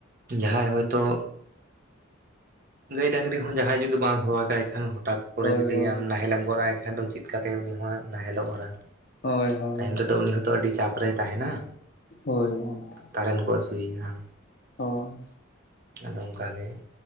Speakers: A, on the right; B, on the left.
A: ᱡᱟᱦᱟᱸᱭ ᱦᱚᱭᱛᱚ ᱜᱟᱹᱭ ᱰᱟᱝᱨᱤ ᱦᱚᱸ ᱡᱟᱦᱟᱸᱭ ᱡᱩᱫᱤ ᱵᱟᱢ ᱦᱮᱣᱟ ᱠᱟᱭ ᱠᱷᱟᱱ ᱦᱚᱴᱟᱛ ᱠᱚᱨᱮ
B: ᱦᱳᱭ
A: ᱡᱩᱫᱤ
B: ᱦᱳᱭ
A: ᱟᱢ ᱱᱟᱦᱮᱞᱮᱢ ᱜᱚᱜᱼᱟᱭ ᱮᱱᱠᱷᱟᱱ ᱫᱚ ᱪᱮᱫ ᱠᱟᱛᱮᱜ ᱩᱱᱤ ᱦᱚᱸ ᱱᱟᱦᱮᱞᱚᱜ ᱚᱨᱟ,
B: ᱦᱳᱭ ᱦᱳᱭ
A: ᱛᱟᱭᱚᱢ ᱨᱮ ᱫᱚ ᱩᱱᱤ ᱦᱚᱸᱛᱚ ᱟᱹᱰᱤ ᱪᱟᱯ ᱨᱮᱭ ᱛᱟᱦᱮᱸᱱᱟ᱾
B: ᱦᱳᱭ ᱜᱚᱝᱠᱮ ᱾
A: ᱛᱟᱨᱮᱱ ᱠᱚ ᱦᱟᱥᱩᱭᱮᱭᱟ ᱦᱟᱝ᱾
B: ᱦᱳᱭ ᱾
A: ᱟᱫᱚ ᱚᱝᱠᱟ ᱜᱮ ᱾